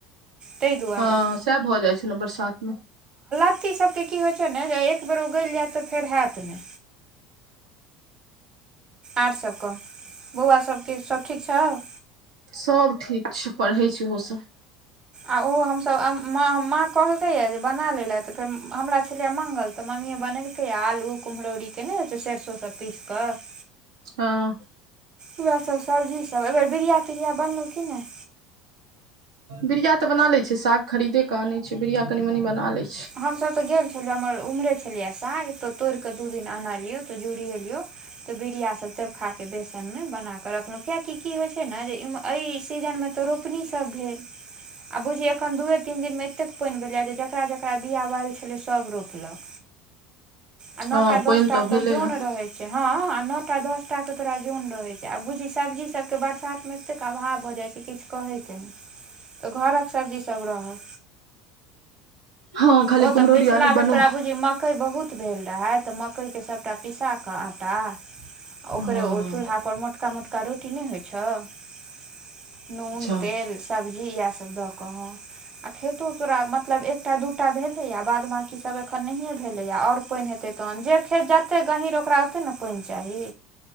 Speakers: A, on the right; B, on the right.
A: ताहि दुआरे
B: हँ सएह भऽ जाइ छै ने बरसातमे
A: सबके की होइ छै ने जे एक बेर उगल जायत तऽ फेर होत ने आर सभ कहऽ बौआ सभके सभ ठीक छौ
B: सभ ठीक छै पढ़ै छै ओहोसभ
A: आ ओ हमसभ माँ कहलकै यए जे बना लेलए तऽ फेर हमरा छलियै मङंगल तऽ मम्मी बनेलकै आलू कुम्हरौरी केने हो छै सरसो सब पीस कऽ
B: हँ
A: उएहसभ सब्जीसभ एहि बेेर बीरिया तिरिया बनलहुँ कि नहि
B: बरिया तऽ बना ले छै साग खरीदे के आनै छै बरिया कनी मनी बना ले छै
A: हम सभतऽ गेल हमर ओम्हरे छलियै साग त तोड़िकऽ दू दिननल लियौ त जुड़ियलिय त बिरिया तबखाके बेसनमे बनााकऽ रखलहुॅं कियाकि की होइ छै ने जे एहि सीजनमे तऽ रोपनी सब जे बूझहि एखन दुए तीन दिन मे ऐते पाइन भेलयये जे जेकरा जेकरा ओकरा बिआ बायल छलै सब रोपलक आ न
B: हँ
A: दसटा
B: पानि तऽ
A: क
B: भेलैए
A: जन रहै छै हँ आ न दसटा क तोरा जोन रहै छै आब बुझिय सब्जी सबके बरसात मे एतेक अभाव भ जाइ छै किछु कहे के ने तऽ घरक सब्जीसभ रहल
B: हँ खाली
A: ओ तऽ
B: कुम्हरौरी
A: पिछला
B: आलू
A: बेर
B: बनो
A: तोरा बुझियह मकई बहुत भेल रहै त मकई के सबटा पीसा क आटा ओकरे
B: हँ
A: चूल्हा पर मोटका मोटका का रोटी नहि होइ छौ नून
B: अच्छा
A: तेल सब घी इएह सब द के आ खेतो तोरा मतलब एकटा दूटा भेल बाद बाकी सब एखन नहिए भेलेय आओर पाइन हेतय तहन जे खेते गहीर ओकरा ओते ने पानि चाही